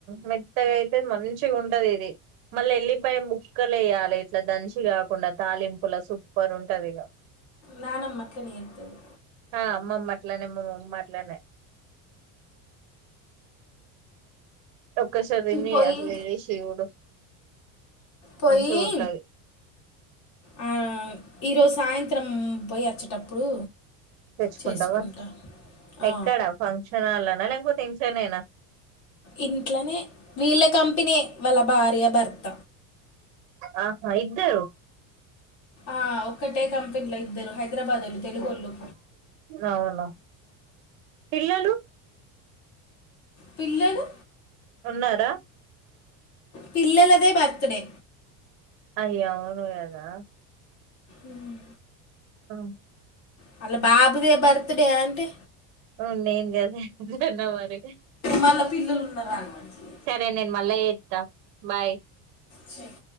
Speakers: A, on the right; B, on the left.
A: మెత్తగా అయితే మంచిగా ఉంటది ఇది మళ్ళీ వెళ్లిపాయా ముక్కలు వేయాలి ఇట్లా దంచి కాకుండా తాలింపులా సూపర్ ఉంటది ఇక
B: నానమ్మ అట్లనే చెత్తది
A: ఆ అమ్మమ్మ అట్లనే మా మమ్మీ అట్లనే ఒక్కసారి దీన్ని
B: పొయ్యి
A: అట్లా చేసి చూడు
B: పొయ్యి
A: మంచిగ ఉంటది
B: ఆ, ఈరోజు సాయంత్రం పోయి వచ్చేటప్పుడు
A: తెచ్చుకుంటావా
B: చేసుకుంటా ఆ,
A: ఎక్కడా ఫంక్షన్లనా లేకపోతే తెన్క్షనేనా
B: ఇంట్లోనే వీళ్ళ కంపినీ వాళ్ళ భార్య భర్త
A: ఆహా ఇద్దారు
B: ఆ ఒక్కటే కంపెనీలో ఇద్దరు హైదరాబాద్ వాళ్ళ తెలుగు వాళ్ళు
A: అవునా పిల్లలు
B: పిల్లను
A: ఉన్నారా
B: పిల్లలదే బర్త్ డే
A: అయ్యో అవును కదా
B: మ్
A: ఆహ
B: వాళ్ల బాబుదే బర్త్డే అంటే
A: అవ్ను నేన్ గదే జనవరి
B: మళ్ళా పిల్లలు ఉన్నారా అని మంచిది
A: సరే నేన్ మళ్ళా జెత్తా బాయ్
B: చెయ్